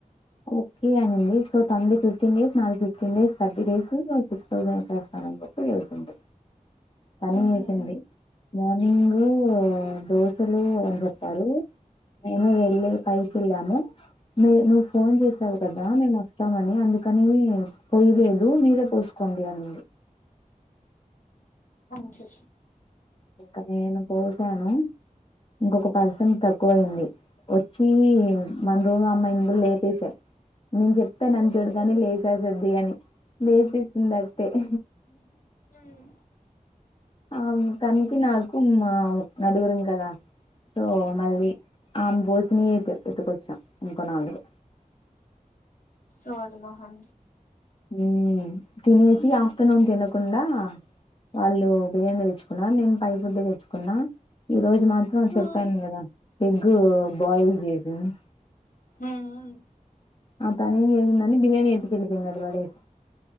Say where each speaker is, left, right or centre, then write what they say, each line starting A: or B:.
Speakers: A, on the left; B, on the left.
A: ఓకే అనండి సో తనది ఫిఫ్టీన్ డేస్ నాది fifteen days thirty days so six thousand వేస్తా అందుకే వేసింది తనే వేసింది
B: మ్మ్.
A: మార్నింగ్ దోశలు అని చెప్పారు నేను వెళ్లి పైకిలాము ను ను ఫోన్ చేసావు కదా మేము వస్తామని అందుకని పోయలేదు మీరే పోసుకోండి అన్నారు
B: అంచి
A: ఇంక నేను పోసాను ఇంకొక పర్సన్ కి తక్కువై ఉంది వచ్చి మన రూము అమ్మాయిని కూడా లేపేసా నేను చెప్పాను అని చూడగానే లేచేస్తుద్ది అని లేచేసింది అట్టే <inaudible>
B: మ్మ్.
A: ఆ తనకి నాకు మా నలుగురం కదా సో మళ్ళీ
B: మ్మ్.
A: ఆ బోసిని ఎత్ ఎత్తుకొచ్చాం ఇంకోనాలుగు
B: సోది మొహం
A: హ్మ్ తినేసి ఆఫ్టర్నూన్ తినకుండా వాళ్ళు బిర్యానీ తెచ్చుకున్నా నేను పై ఫుడ్ తెచ్చుకున్నా ఈ రోజు మాత్రం
B: మ్మ్
A: చెప్పాను కదా ఎగ్ బాయిల్ చేసింది
B: హ్మ్ హ్మ్
A: ఆ తనే ఏం చేసిందని బిర్యానీ ఎత్తుకెళ్ళిపోయింది అది పడేసి